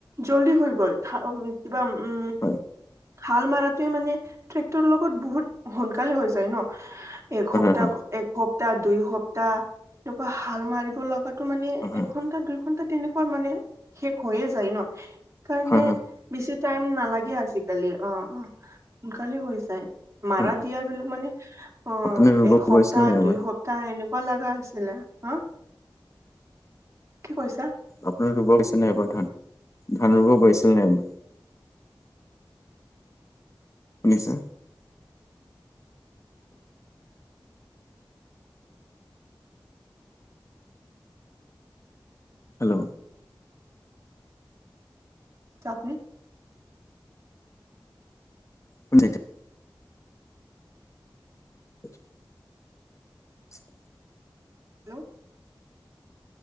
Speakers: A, on the right (about 35°); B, on the left (about 35°).
A: জল্দি হৈ গ'ল। ধা উ কিবা উম।
B: হয়।
A: হাল মৰাটোৱে মানে ট্ৰেক্টৰ লগত বহুত সোনকালে হৈ যায় ন। একসপ্তাহ
B: হয়
A: একসপ্তাহ দুই সপ্তাহ তেনেকুৱা হাল মাৰিব লাগ গাটো মানে
B: হয়
A: এঘণ্টা দুই ঘন্টা তেনেকুৱা মানে শেষ হৈয়ে যায় ন। কাৰণে
B: হয় হয়
A: বেছি টাইম নালাগে আজিকালি অ' অ' সোনকালে হৈ যায়। মাৰা
B: হয়।
A: দিয়া বিলাক মানে অ'
B: আপুনি ৰুব
A: এসপ্তাহ
B: গৈছিল নে এবাৰ
A: দুই সপ্তাহ এনেকুৱা লগা হৈছে। হা' কি কৈৰিছ?
B: আপোনাৰ ৰুব গৈছে নাই এইবাৰ ধান, ধান ৰুব গৈছিল নাই? শুনিছে? হেল্ল'?
A: তিয়া আপুনি
B: উম <unintelligible> <inaudible> <inaudible>
A: হেল্ল'